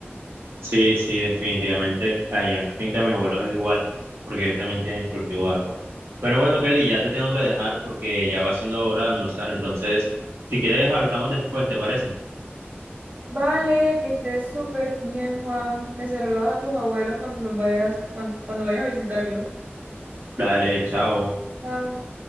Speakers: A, on the right; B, on the right.
A: Sí, sí, definitivamente. Allá en la finca de mi abuelo es igual, porque ellos también tienen cultivo de arroz. Pero bueno, Kelly, ya te tengo que dejar porque ya va siendo hora de almorzar. Entonces, si quieres, hablamos después, ¿te parece?
B: Vale, que estés súper bien, Juan. Me saludas a tus abuelos cuando los vayas, cuan- cuando vayas a visitarlos.
A: Dale, chao.
B: Chao.